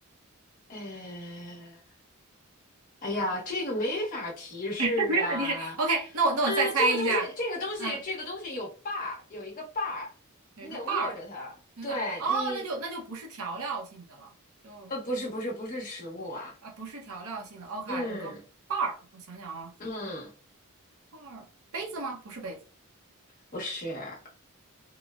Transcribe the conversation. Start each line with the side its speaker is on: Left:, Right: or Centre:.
Left: 哎，哎呀，这个没法提示啊，
Right: <laughs> 没点提示。OK，那我那我再猜一下。
Left: 啊，这个东西，这个东西，
Right: 嗯。
Left: 这个东西有把儿，有一个把儿，
Right: 有一个瓣儿，
Left: 你得握着它。
Right: 有点儿哦，
Left: 对你，
Right: 那就那就不是调料性的了，就
Left: 呃，不是，不是，不是食物啊，
Right: 啊不是调料性的，OK，
Left: 嗯
Right: 有个瓣儿，我想想啊，
Left: 嗯，
Right: 瓣儿杯子吗？不是杯子，
Left: 不是，